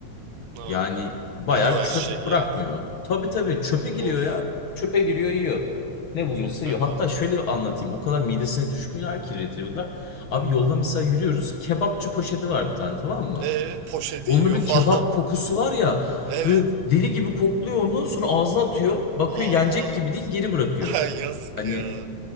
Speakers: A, on the right; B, on the left.
A: Ha,
B: Yani bayağı
A: yiyor
B: çöp
A: her şeyi
B: bırakmıyor.
A: yani.
B: Tabii tabii çöpe giriyor
A: Of.
B: ya. Çöpe giriyor yiyor. Ne buluyorsa
A: Çok fena.
B: yiyor. Hatta şöyle anlatayım. O kadar midesine düşkünler ki Retriever'lar.
A: Hı
B: Abi
A: hı.
B: yolda mesela yürüyoruz. Kebapçı poşeti var bir tane tamam mı?
A: E poşeti
B: Onda
A: yiyor
B: bir kebap
A: falan. <laughs>
B: kokusu var ya.
A: Evet.
B: Böyle deli gibi kokluyor onu. Sonra ağzına atıyor. Bakıyor
A: Aa.
B: yenecek gibi değil geri bırakıyor.
A: Ay, yazık
B: Hani
A: ya.